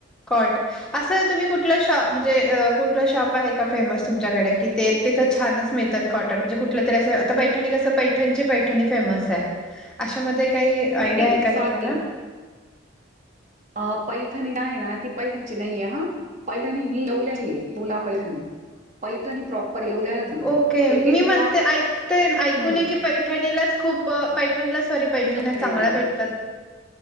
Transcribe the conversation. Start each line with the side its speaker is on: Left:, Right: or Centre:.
Centre: कॉट असं तुम्ही कुठला शा म्हणजे कुठला शॉप आहे का फेमस तुमच्याकडे? की ते तिथं छानच मिळतात कॉट न म्हणजे कुठ तरी असं आता पैठणी कसं, पैठणचे पैठणी फेमस अशामध्ये काही आयडिया
Right: नाही
Centre: आहे का
Right: सॉरी
Centre: तुम्हाला?
Right: अ पैठणी आहे ना, ती पैठणची नाहीय हा पैठणी ही येवल्यातलीय, पैठणी प्रॉपर येवल्याला जमते
Centre: ओके. मी
Right: एक एक
Centre: म्हणते
Right: लाख
Centre: ऐकते ऐकू
Right: हम्म
Centre: नये की पैठणीलाच खूप पैठणला सॉरी पैठण्या
Right: नाही नाही
Centre: चांगल्या
Right: नाही.
Centre: भेटतात.